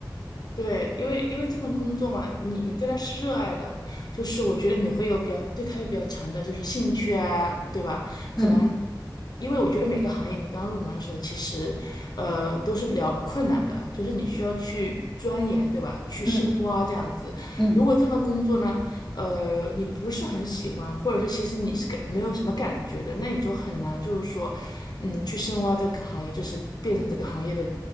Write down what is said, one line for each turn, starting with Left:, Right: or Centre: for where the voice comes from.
Left: 对，因为因为这份工作嘛，你你对它是热爱的，就是我觉得你会有比较对它有比较强的就是兴趣啊，对吧？可能
Centre: 嗯
Left: 因为我觉得每个行业你刚入门的时候，其实呃都是比较困难的，就是你需要去钻研，对吧？去深挖这样子。
Centre: 嗯嗯。
Left: 如果这份工作呢，呃，你不是很喜欢，或者是其实你是感没有什么感觉的，那你就很难就是说，嗯，去深挖这个行业，就是变成这个行业的